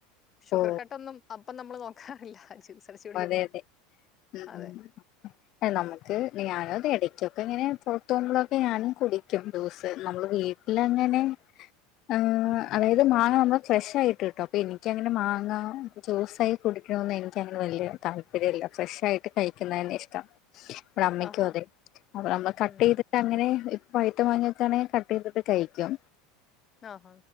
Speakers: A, on the left; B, on the left.
A: ഷുഗർ
B: ഓ
A: കട്ടൊന്നും അപ്പം നമ്മൾ നോക്കാറില്ല ജ്യൂസ് അടിച്ച് കുടിക്കുമ്പോ
B: അതെ അതെ
A: അതെ
B: ഉം നമുക്ക് ഞാന് അത് ഇടയ്ക്കൊക്കെ ഇങ്ങനെ പുറത്ത് പോകുമ്പോഴൊക്കെ ഞാനും കുടിക്കും ജ്യൂസ് നമ്മള് വീ ട്ടിലങ്ങനെ ആഹ് അതായത് മാങ്ങ നമ്മള് ഫ്രഷ് ആയിട്ട് കിട്ടും അപ്പൊ എനിക്കങ്ങനെ മാങ്ങ ജ്യൂസായി കുടിക്കണന്ന് എനിക്കങ്ങനെ വലിയ താല്പര്യമില്ല ഫ്രഷായിട്ട് കഴിക്കുന്നന്നെ ഇഷ്ടം ഇവടെ അമ്മയ്ക്കും
A: ആഹാ.
B: അതെ അപ്പ നമ്മൾ കട്ട്
A: ഉം
B: ചെയ്ത്
A: ഉം.
B: അങ്ങനെ പഴുത്ത മാങ്ങക്കാണെങ്കിൽ കട്ട് ചെയ്തിട്ട് കഴിക്കും
A: ആഹ്